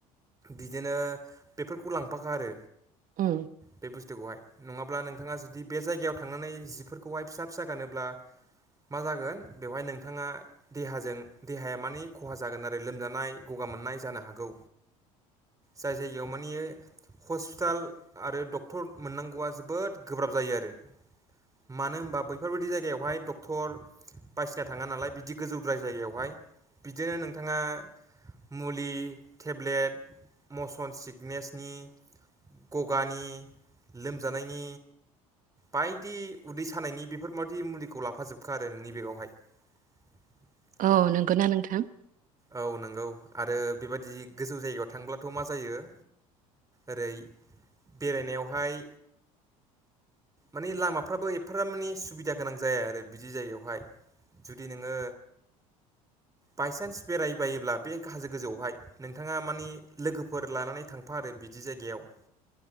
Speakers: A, on the right; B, on the right.
A: बिदिनो बेफोरखौ लांफाखा आरो
B: उम
A: बे बुस्थुखौहाय नङाब्ला नोंथाङा जुदि बे जायगायाव थांनानै जिफोरखौहाय फिसा फिसा गानोब्ला मा जागोन बेवहाय नोंथाङा देहाजों देहाया मानि खहा जागोन आरो। लोमजानाय गगा मोननाय जानो हागौ जाय जायगायाव मानि हस्पिटाल आरो डक्टर मोननांगौआ जोबोद गोब्राब जायो आरो मानो होनबा बैफोरबायदि जायगायावहाय डक्टर बायसिना थाङा नालाय बिदि गोजौ ब्राय जायगायावहाय बिदिनो नोंथाङा मुलि टेब्लेट मसन सिकनेसनि गगानि लोमजानायनि बायदि उदै सानायनि बेफोरबादि मुलिखौ लाफाजोबखो आरो नोंनि बेगावहाय <inaudible>
B: औ नंगौना नोंथां।
A: औ नंगौ आरो बेबदि गोजौ जायगायाव थांब्लाथ' मा जायो। ओरै बेरायनायावहाय माने लामाफ्राबो एफार माने सुबिदा गोनां जाया आरो बिदि जायगायावहाय जुदि नोङो बायसान्स बेरायबायोब्ला बे हाजो गोजौआवहाय नोंथाङा मानि लोगोफोर लानानै थांफा आरो बिदि जायगायाव